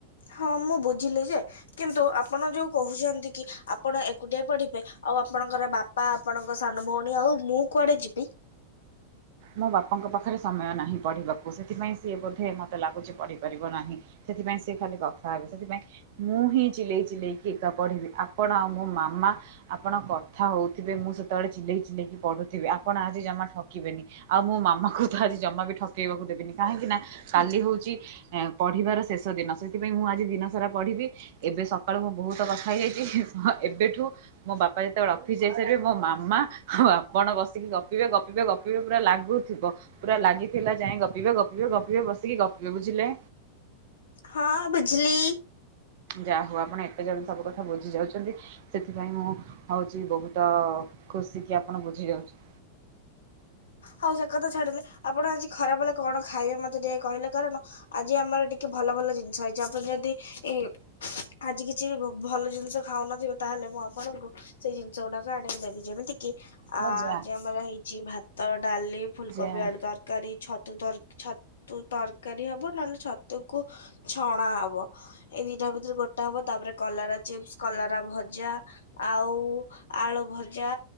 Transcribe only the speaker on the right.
ମୋ ବାପାଙ୍କ ପାଖରେ ସମୟ ନାହିଁ ପଢିବାକୁ। ସେଥିପାଇଁ ସିଏ ବୋଧେ ମତେ ଲାଗୁଛି ପଢିପାରିବ ନାହିଁ। ସେଥିପାଇଁ ସେ ଖାଲି କଥା ହେବେ ସେଥିପାଇଁ ମୁଁ ହିଁ ଚିଲେଇ ଚିଲେଇ ଗୀତା ପଢ଼ିବି। ଆପଣ ଆଉ ମୋ ମାମା ଆପଣ କଥା ହଉଥିବେ। ମୁଁ ସେତେବେଳେ ଚିଲେଇ ଚିଲେଇକି ପଢୁଥିବି। ଆପଣ ଆଜି ଜମା ଠକିବେନି। ଆଉ ମୋ ମାମା କୁ ତ ଆଜି ଜମା ବି ଠକେଇବାକୁ ଦେବିନି କାହିଁକି ନା କାଲି ହଉଛି ଏଁ ପଢିବାର ଶେଷ ଦିନ। ସେଥିପାଇଁ ମୁଁ ଆଜି ଦିନ ସାରା ପଢିବି। ଏବେ ସକାଳୁ ମୁଁ ବହୁତ କଥା ହେଇଯାଇଛି। ହଁ ଏବେଠୁ ମୋ ବାପା ଯେତେବେଳେ ଅଫିସ ଯାଇସାରିବେ, ମୋ ମାମା ଆଉ ଆପଣ ବ ବସିକି ଗପିବେ, ଗପିବେ, ଗପିବେ, ପୁରା ଲାଗୁଥିବ ପୁରା ଲାଗିଥିଲା ଯାଏ ଗପିବେ, ଗପିବେ, ଗପିବେ ବ ସି କି ଗପିବେ, ବୁଝିଲେ?
ଯା ହଉ ଆପଣ ଏତେ ଜଲଦି ସବୁ କଥା ବୁଝି ଯାଉଛନ୍ତି। ସେଥିପାଇଁ ମୁଁ ହଉଛି ବହୁତ ଖୁସି କି, ଆପଣ ବୁଝି ଯାଉଛ
ମୋ ଯା
ଯା